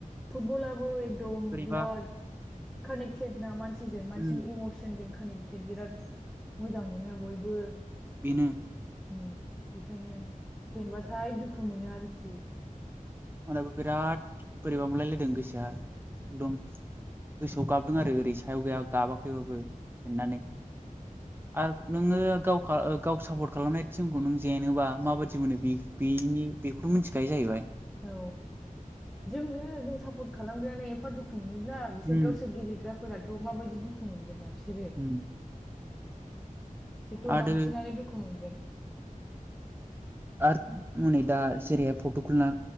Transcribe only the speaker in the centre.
फुटबलाबो एक दम
बिराद कानेक्टेड ना मानसिजों मानसिनि
इमसनजों कानेक्टेड बिराद मोजां मोनो बयबो।
उम बेखायनो जेनबाथाय दुखु मोनो आरोखि।
औ जोंनो जों सापर्ट खालामग्रायानो एफा दुखु मोनोब्ला बिसोर
गावसोर गेलेग्राफोराथ' माबायदि दुखु मोनगोन ना? बिसोरो
बिसोरथ'
बांसिनानो दुखु मोनगोन।